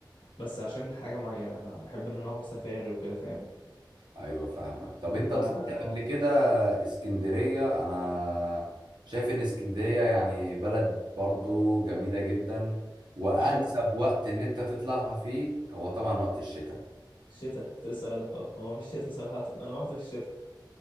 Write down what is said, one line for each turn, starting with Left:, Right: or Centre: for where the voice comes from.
Left: بس عشان حاجه معينه انا بحب ان انا اروح سفاري وكده فاهم
Right: ايوه فاهمك طب انت
Left: ف-
Right: طلعت قبل كده اسكندرية انا شايف ان اسكندرية يعني بلد برضو جميلة جدا وانسب
Left: الشتاء
Right: وقت ان انت تطلعها فيه هو طبعا وقت الشتاء
Left: الشتاء كنت لسه اقول لك اه هو في الشتاء صراحة انا رحت في الشتاء